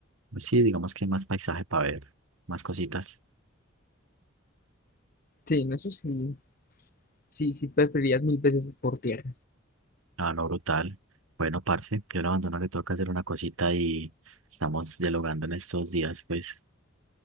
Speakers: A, on the right; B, on the left.
A: pues Sí, digamos que hay más paisaje para ver, más cositas.
B: Sí, en eso sí, sí, sí preferirías mil veces por tierra.
A: Ah, no, brutal. Bueno, parce, yo lo abandono, le toca hacer una cosita y estamos dialogando en estos días, pues.